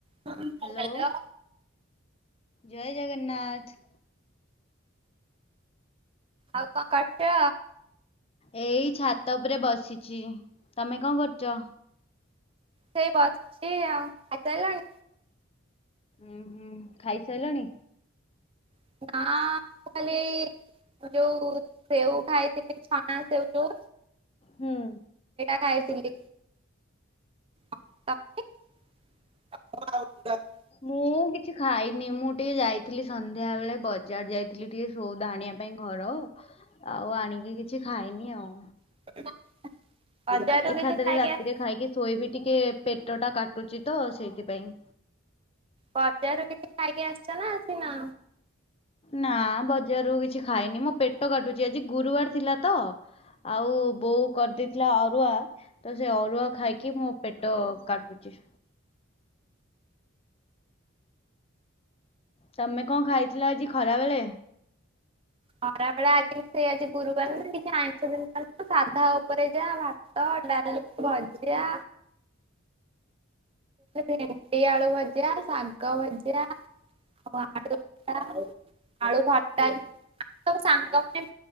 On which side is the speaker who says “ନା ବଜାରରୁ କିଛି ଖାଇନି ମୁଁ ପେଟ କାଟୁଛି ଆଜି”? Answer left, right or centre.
Left